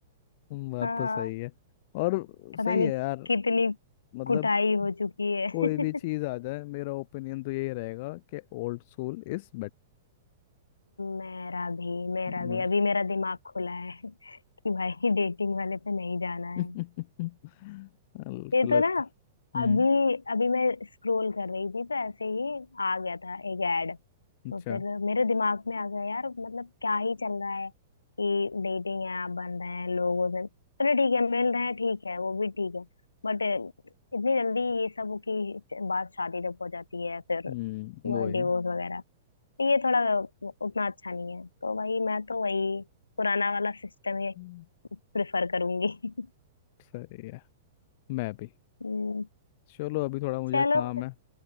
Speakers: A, on the left (about 45°); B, on the left (about 75°).
A: बात
B: हाँ
A: तो सही है और सही
B: पता नहीं
A: है यार
B: कितनी
A: मतलब
B: कुटाई हो चुकी है
A: कोई
B: <laughs>
A: भी चीज आ जाए मेरा ओपिनियन तो यही रहेगा कि ओल्ड स्कूल इज
B: मेरा भी मेरा
A: बेटर
B: भी अभी मेरा दिमाग खुला है <laughs> कि भाई डेटिंग वाले पे नहीं जाना
A: <laughs>
B: है
A: बिल्कुल
B: ये तो
A: लगता
B: ना
A: हम्म
B: अभी अभी मैं स्क्रॉल कर रही थी तो ऐसे ही आ गया था एक ऐड
A: अच्छा
B: तो फिर मेरे दिमाग में आ गया यार मतलब क्या ही चल रहा है कि डेटिंग ऐप बन रहे हैं लोगों से चलो ठीक है मिल रहे हैं ठीक है वो भी ठीक है बट इतनी जल्दी ये सब की बात शादी तक हो जाती है फिर
A: हम्म वो है
B: डिवोर्स वगैरह तो ये थोड़ा उतना अच्छा नहीं है तो भाई मैं तो वही पुराना वाला सिस्टम ही
A: हम्म,
B: प्रेफर करूंगी <laughs>
A: सही है मैं भी
B: हम्म,
A: चलो अभी थोड़ा मुझे
B: चलो
A: काम है